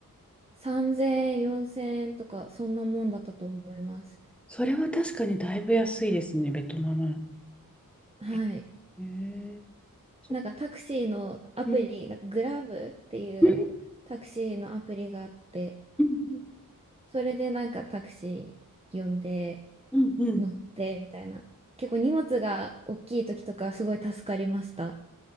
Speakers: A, on the right; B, in the centre.
A: 3000円、4000円とか、そんなもんだったと思います。
B: それは確かにだいぶ安いですね、ベトナム。
A: はい。
B: へえ
A: なんかタクシーのアプリ、
B: ーうん
A: なんかグラブっていうタクシーのアプリがあって、
B: うんうん
A: それでなんかタクシー呼んで
B: うんうん
A: 乗ってみたいな。結構荷物が大きい時とかすごい助かりました。